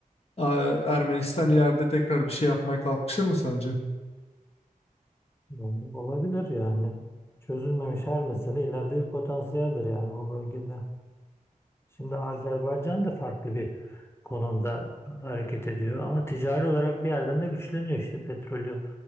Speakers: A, on the left; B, on the left.
A: Aa, Ermenistan ileride tekrar bir şey yapmaya kalkışır mı sence?
B: Yani olabilir yani. Çözülmemiş her mesele ileride bir potansiyeldir yani o bölgede. Şimdi Azerbaycan da farklı bir konumda hareket ediyor ama ticari olarak bir yerden de güçleniyor işte petrolü